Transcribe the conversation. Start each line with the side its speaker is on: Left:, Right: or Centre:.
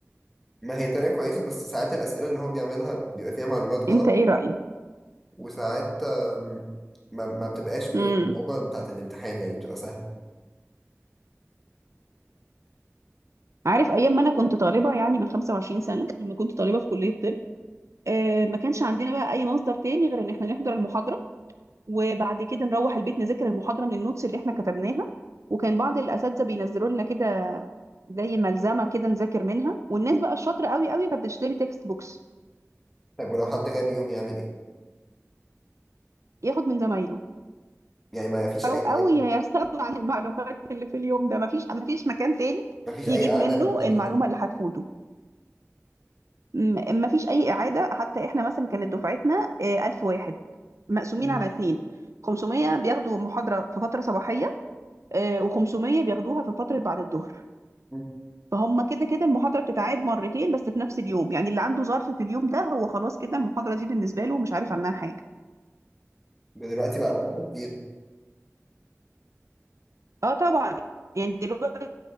Centre: ما هي طريقة كويسة بس ساعات الأسئلة اللي هو بيعملها بيبقى فيها معلومات غلط
Right: أنت إيه رأيك؟
Centre: وساعات آم، ما, ما بتبقاش بالصعوبة
Right: مم.
Centre: بتاعة الامتحان يعني بتبقى سهلة
Right: عارف أيام ما أنا كنت طالبة يعني من 25 سنة لما كنت طالبة في كلية طب آه، ما كانش عندنا بقى اي مصدر تاني غير ان احنا نحضر المحاضره وبعد كده نروح البيت نذاكر المحاضره من النوتس اللي احنا كتبناها وكان بعض الاساتذه بينزلوا لنا كده زي ملزمه كده نذاكر منها والناس بقى الشاطره قوي قوي كانت بتشتري تكست بوكس
Centre: طيب ولو حد غاب يوم يعمل ايه؟
Right: ياخد من زمايله
Centre: يعني ما فيش
Right: او
Centre: أي
Right: او يستغنى عن المعلومات اللي في اليوم ده مفيش مفيش مكان تاني
Centre: ما فيش
Right: يجيب
Centre: أي إعادة
Right: منه
Centre: للمحاضرة
Right: المعلومه
Centre: حتى
Right: اللي هتفوته م- مفيش اي اعاده حتى احنا مثلا كانت دفعتنا آه، 1000 واحد مقسومين
Centre: مم.
Right: على اتنين 500 بياخدوا محاضره في فتره صباحيه و500 بياخدوها في فترة بعد الظهر
Centre: مم.
Right: فهم كده كده المحاضرة بتتعاد مرتين بس في نفس اليوم يعني اللي عنده ظرف في اليوم ده هو خلاص كده المحاضرة دي بالنسبة له مش عارف عنها حاجة
Centre: ده دلوقتي بقى أسهل كتير
Right: اه طبعا يعني دلوقتي